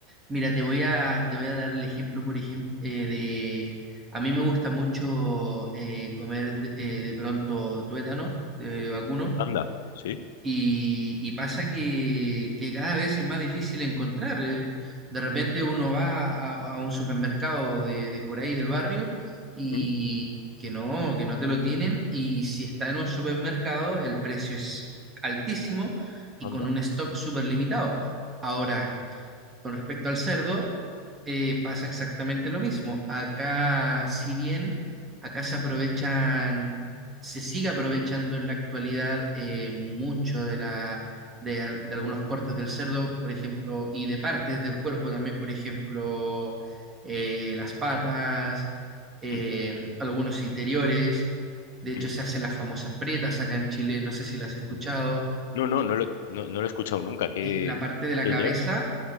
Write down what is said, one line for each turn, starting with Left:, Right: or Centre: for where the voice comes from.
Right: Mira, te voy a, te voy a dar el ejemplo, por ejemplo, eh, de... A mí me gusta mucho eh, comer de, eh, de pronto tuétano, de vacuno.
Left: Anda, sí,
Right: Y, y pasa que, que cada vez es más difícil encontrar. Eh, De repente uno va a, a un supermercado de, de por ahí del barrio y
Left: ¿Mm?
Right: que no, que no te lo tienen. Y si está en un supermercado, el precio es altísimo y
Left: anda.
Right: con un stock súper limitado. Ahora, con respecto al cerdo, eh, pasa exactamente lo mismo. Acá, si bien acá se aprovechan, se sigue aprovechando en la actualidad eh, mucho de la, de, al- de algunos cortes del cerdo, por ejemplo, y de partes del cuerpo también, por ejemplo, eh, las patas, eh,
Left: Mm,
Right: algunos interiores. De hecho,
Left: mm,
Right: se hacen las famosas pretas acá en Chile, no sé si las has escuchado.
Left: mm. No, no, no lo, no, no lo he escuchado nunca. ¿Qué,
Right: Eh, la parte de la
Left: qué
Right: cabeza
Left: llevas?